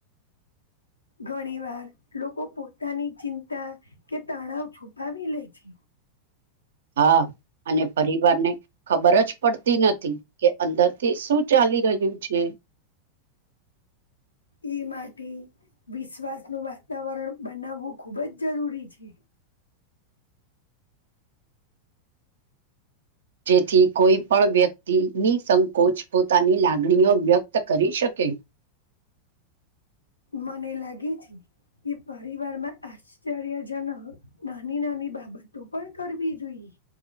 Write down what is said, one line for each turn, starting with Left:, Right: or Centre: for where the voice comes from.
Left: ઘણી વાર લોકો પોતાની ચિંતા કે તણાવ છુપાવી લે છે.
Right: હા. અને પરિવાર ને ખબર જ પડતી નથી કે અંદરથી શું ચાલી રહ્યું છે.
Left: એઈ માટે વિશ્વાસનું વાતાવરણ બનાવવું ખૂબ જ જરૂરી છે.
Right: જેથી કોઈ પણ વ્યક્તિની સંકોચ પોતાની લાગણીઓ વ્યક્ત કરી શક કે.
Left: મને લાગે છે એ પરિવારમાં આશ્ચર્યજનક નાની નાની બાબતો પણ કરવી જોઈએ.